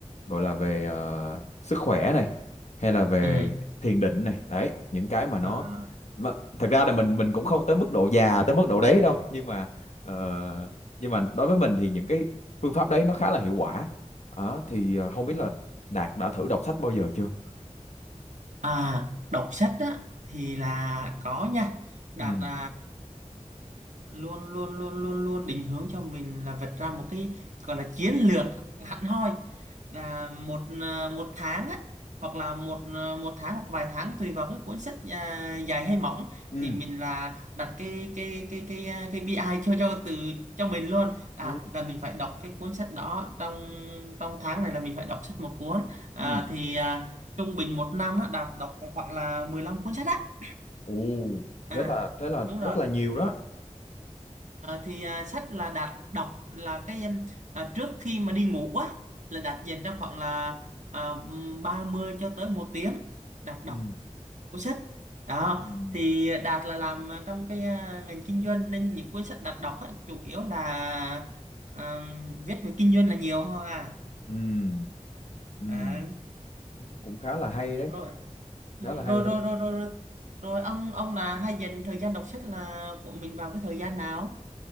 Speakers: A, on the left (about 65°); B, on the right (about 75°).
A: gọi là về ờ, sức khỏe này hay là về
B: Ừ.
A: thiền định này đấy những cái mà nó
B: À.
A: mà, thật ra là mình mình cũng không tới mức độ già tới mức độ đấy đâu nhưng mà ờ, nhưng mà đối với mình thì những cái phương pháp đấy nó khá là hiệu quả đó thì ờ, không biết là Đạt đã thử đọc sách bao giờ chưa
B: À, đọc sách á thì là có nha. Đạt
A: ừ
B: à, luôn luôn luôn luôn luôn định hướng cho mình là vạch ra một cái gọi là chiến lược hẳn hoi là một à, một tháng á hoặc là một à, một tháng hoặc vài tháng tùy vào cái cuốn sách à, dài hay mỏng
A: ừ
B: thì mình là đặt cái cái cái cái à, cái BI ai cho cho từ cho mình luôn à
A: ừ
B: là mình phải đọc cái cuốn sách đó trong trong tháng này là mình phải đọc sách một cuốn à,
A: ừ
B: thì à, trung bình một năm á, Đạt đọc khoảng là 15 cuốn sách á
A: ồ
B: à
A: thế là thế là
B: đúng
A: rất
B: rồi
A: là nhiều đó
B: à, thì à, sách là Đạt đọc là cái em, à, trước khi mà đi ngủ á là Đạt dành ra khoảng là à, 30 cho tới một tiếng Đạt đọc
A: ừ
B: cuốn sách đó
A: ừ
B: thì Đạt là làm à, trong cái à, ngành kinh doanh nên những cuốn sách Đạt đọc á, chủ yếu là à, viết về kinh doanh là nhiều thôi à,
A: ừ ừ
B: à
A: cũng khá là hay đấy
B: rồi ừ,
A: khá là hay
B: rồi
A: đấy
B: rồi rồi rồi rồi rồi ông ông là hay dành thời gian đọc sách là của mình vào cái thời gian nào